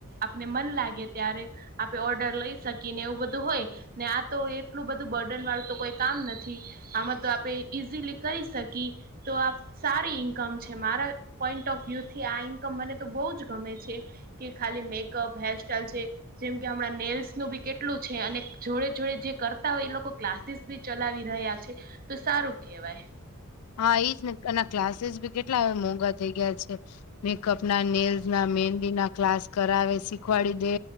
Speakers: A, on the right (about 40°); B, on the left (about 85°).
A: આપને મન લાગે ત્યારે આપે ઓર્ડર લઈ શકી ને એવું બધું હોય. ને આ તો એટલું બધું બર્ડન વાળું તો કોઈ કામ નથી. આમાં તો આપે ઈઝીલી કરી શકી. તો આ સારી ઈન્કમ છે મારા પોઈન્ટ ઓફ વ્યુ થી આ ઇન્કમ મને તો બહુ જ ગમે છે. કે ખાલી મેકઅપ, હેરસ્ટાઈલ છે. જેમ કે હમણાં નેલ્સ નું બી કેટલું છે, અને જોડે - જોડે જે કરતા હોય એ લોકો ક્લાસીસ બી ચલાવી રહ્યા છે. તો સારું કેહેવાય.
B: હા ઇજ ને અના ક્લાસીસ બી કેટલા હ મોંઘા થઈ ગયા છે. મેકપ ના, નેલજ ના, મહેંદી ના ક્લાસ કરાવે શીખવાડી દે.